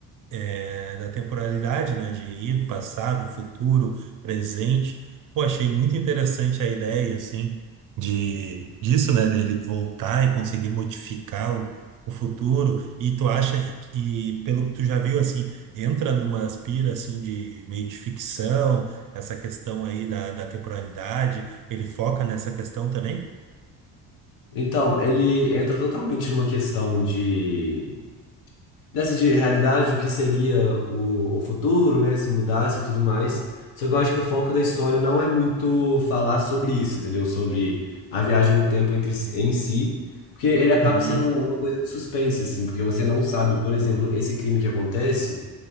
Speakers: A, on the right; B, on the left.
A: é, da temporalidade, né? De ir, passado, futuro, presente. Pô, achei muito interessante a ideia, assim, de, disso, né? Dele voltar e conseguir modificar o, o futuro. E tu acha que, pelo que tu já viu, assim, entra numa aspira, assim, de meio de ficção, essa questão aí da, da temporalidade, ele foca nessa questão também?
B: Então, ele entra totalmente numa questão de dessa de realidade, o que seria o, o futuro, né? Se mudasse e tudo mais. Só que eu acho que o foco da história não é muito falar sobre isso, entendeu? Sobre a viagem no tempo entre, si- em si. Porque ele acaba
A: Uhum.
B: sendo uma coisa de suspense, assim, porque você não sabe, por exemplo, esse crime que acontece